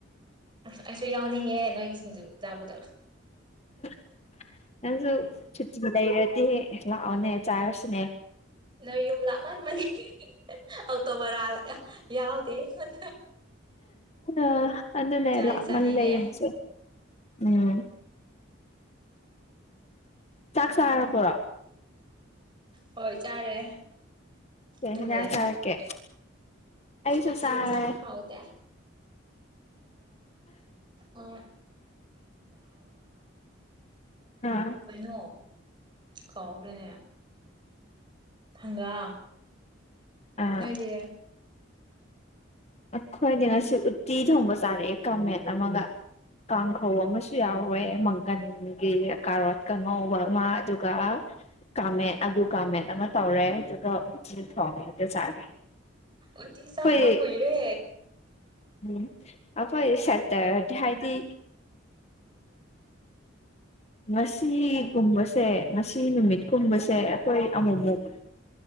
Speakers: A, on the right (about 25°); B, on the left (about 30°).
A: ꯑꯁ ꯑꯩꯁꯨ ꯌꯥꯎꯅꯤꯡꯉꯦ ꯅꯣꯏꯒꯤ ꯁꯤꯡꯖꯨ ꯆꯥꯕꯗꯣ
B: <inaudible> ꯅꯪꯁꯨ ꯁꯨꯇꯤ ꯂꯩꯔꯗꯤ ꯗꯤ ꯂꯥꯛꯑꯣꯅꯦ ꯆꯥꯔꯁꯤꯅꯦ
A: ꯅꯣꯏ ꯌꯨꯝ ꯂꯥꯞꯃꯟꯃꯒꯤ ꯑꯧꯇꯣ ꯕꯔꯥ ꯌꯥꯎꯗꯦ ꯑꯩꯉꯣꯟ
B: ꯑ ꯑꯗꯨꯅ
A: ꯆꯥꯗꯤ
B: ꯂꯥꯟꯃꯜꯂꯦ
A: ꯆꯥꯅꯤꯡꯉꯦ
B: ꯌꯦꯝꯁꯦ ꯎꯝ ꯆꯥꯛ ꯆꯥꯔꯕꯔꯣ
A: ꯍꯣꯏ ꯆꯥꯔꯦ
B: ꯀꯩ
A: ꯅꯪꯗꯤ
B: ꯍꯤꯡꯖꯥꯡ ꯆꯥꯔꯛꯀꯦ ꯑꯩꯁꯨ
A: ꯉꯁꯤ
B: ꯆꯥꯔꯦ
A: ꯍꯦꯟꯖꯥꯡ ꯍꯥꯎꯗꯦ ꯎꯝ <unintelligible>
B: ꯑꯥ
A: ꯀꯩꯅꯣ ꯀꯥꯎꯒꯔꯦꯅꯦ ꯊꯪꯒꯥ
B: ꯑꯥ
A: ꯅꯣꯏꯒꯤ
B: ꯑꯩꯈꯣꯏꯗꯤ ꯉꯁꯤ ꯎꯠꯇꯤ ꯊꯣꯡꯕ ꯆꯥꯔꯛꯑꯦ ꯡꯀꯥꯃꯦꯠ ꯑꯃꯒ ꯀꯥꯡꯈꯧ ꯑꯃꯁꯨ ꯌꯥꯎꯋꯦ ꯃꯪꯒꯟꯒꯤ ꯀꯥꯔꯣꯠꯀ ꯉꯧꯕ ꯑꯃ ꯑꯗꯨꯒ ꯀꯥꯡꯃꯦꯠ ꯑꯂꯨ ꯀꯥꯃꯦꯠ ꯑꯃ ꯇꯧꯔꯦ ꯑꯗꯨꯒ ꯎꯇꯤ ꯊꯣꯡ ꯍꯦꯛꯇ ꯆꯥꯔꯦ
A: ꯎꯇꯤ
B: ꯑꯩꯈꯣꯏ
A: ꯆꯥꯗꯕ ꯀꯨꯏꯔꯦ
B: ꯎꯝ ꯑꯩꯈꯣꯏ ꯁꯠ ꯇ ꯍꯥꯏꯗꯤ ꯉꯁꯤꯒꯨꯝꯕꯁꯦ ꯉꯁꯤ ꯅꯨꯃꯤꯠꯀꯨꯝꯕꯁꯦ ꯑꯩꯈꯣꯏ ꯑꯃꯨꯛꯃꯨꯛ